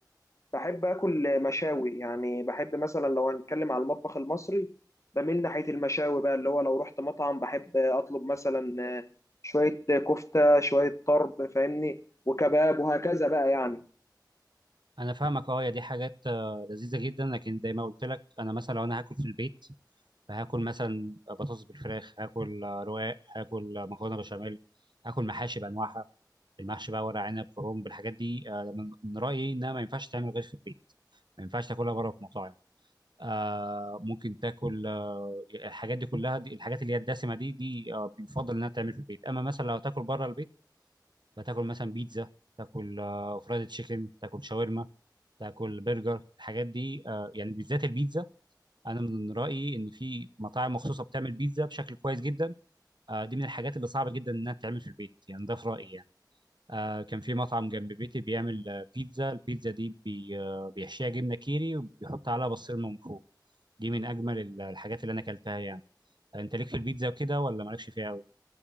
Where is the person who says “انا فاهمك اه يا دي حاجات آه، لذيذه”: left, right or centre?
Right